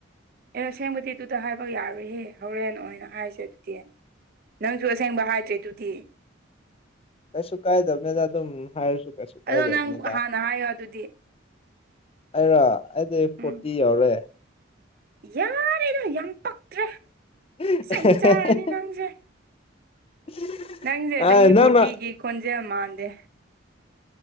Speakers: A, on the right; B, on the left.
A: ꯑꯦ ꯑꯁꯦꯡꯕꯗꯤ ꯑꯗꯨꯗ ꯍꯥꯏꯕ ꯌꯥꯔꯨꯍꯦ ꯍꯣꯔꯦꯟ ꯑꯣꯏꯅ ꯍꯥꯏꯁꯦ ꯑꯗꯨꯗꯤ ꯅꯪꯁꯨ ꯑꯁꯦꯡꯕ ꯍꯥꯏꯗ꯭ꯔꯦ ꯑꯗꯨꯗꯤ
B: ꯀꯩꯁꯨ ꯀꯥꯏ ꯊꯝꯃꯦ ꯊ ꯑꯗꯨ ꯍꯥꯏꯔꯁꯨ ꯀꯩꯁꯨ ꯀꯥꯏꯗꯕꯅꯤꯗ
A: ꯑꯗꯣ ꯅꯪ ꯍꯥꯟꯅ ꯍꯥꯏꯌꯣ ꯑꯗꯨꯗꯤ
B: ꯑꯩꯔꯥ ꯑꯩꯗꯤ ꯐꯣꯔꯇꯤ
A: ꯎꯝ
B: ꯌꯥꯎꯔꯦ
A: ꯌꯥꯔꯦꯗ ꯌꯥꯝ ꯄꯛꯇ꯭ꯔꯦ
B: <unintelligible>
A: ꯆꯩ ꯆꯥꯔꯅꯤ ꯅꯪꯁꯦ ꯅꯪꯁꯦ ꯆꯍꯤ ꯐꯣꯔꯇꯤꯒꯤ
B: ꯅꯪꯅ
A: ꯈꯣꯟꯖꯦꯜ ꯃꯥꯟꯗꯦ